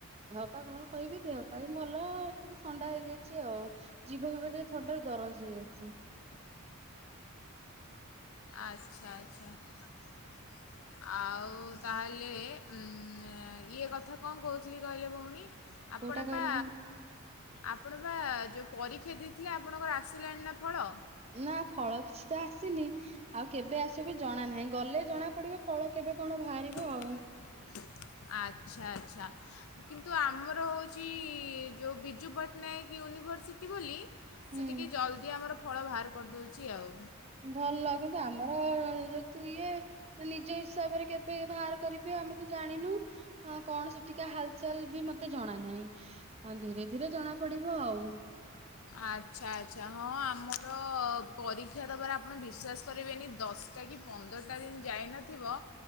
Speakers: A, on the right (about 30°); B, on the left (about 70°).
A: ବାପା କଣ କହିବି ଦେହପା ହ ଭଲ ଟିକେ ଥଣ୍ଡା ହେଇଯାଇଛି ଆଉ ଜିଭ ଅଗରେ ଥଣ୍ଡାରେ ଦରଜ ହେଇଯାଇଛି।
B: ଆଚ୍ଛା ଆଚ୍ଛା <inaudible> ଆଉ ତାହେଲେ ଇଏ ହୁନ କଥା କଣ କହୁଥିଲି କହିଲେ ଭଉଣୀ ଆପଣ
A: କୋଉଟା କହିଲେ
B: ପା
A: ଭଉଣୀ?
B: ଆପଣ ବା ଯେଉଁ ପରୀକ୍ଷା ଦେଇଥିଲେ ଆପଣଙ୍କର ଆସିଲାଣି ନା ଫଳ?
A: ନା ଫଳ କିଛି ତ ଆସିନି ଆଉ କେବେ ଆସିବି ଜଣା ନାହିଁ। ଗଲେ ଜଣା ପଡିବ ଫଳ କେବେ?
B: <inaudible>
A: କଣ ବାହାରିବ ଆଉ।
B: ଆଚ୍ଛା। ଆଛା କିନ୍ତୁ ଆମର ହଉଛି କି ଯୋଉ ବିିଜୁ ପଟ୍ଟନାୟକ ପଟ୍ଟନାୟକ ୟୁନିଭର୍ସିଟି ବୋଲି
A: ହୁଁ
B: ସେ ଟିକେ ଜଲ୍ଦି ଆମର ଫଳ ବାହାର କରିଦେଉଛି ଆଉ
A: ଭଲ କିନ୍ତୁ ଆମର ଯେହେତୁ ଇଏ ନିଜ ହିସାବରେ କେବେ ବାହାର କରିବେ ଆମେ ତ ଜାଣିନୁ କଣ ସେ ଟିକା ହାଲଚାଲ ବି ମତେ ଜଣା ନାହିଁ। ଧୀରେ ଧୀରେ ଜଣା ପଡିବ ଆଉ
B: ଆଚ୍ଛା ଆଚ୍ଛା ହଁ ଆମର ପରୀକ୍ଷା ଦେବାର ଆପଣ ବିଶ୍ୱାସ କରିବେନି ଦଶଟା କି ପନ୍ଦରଟା ଦିନ ଯାଇନଥିବ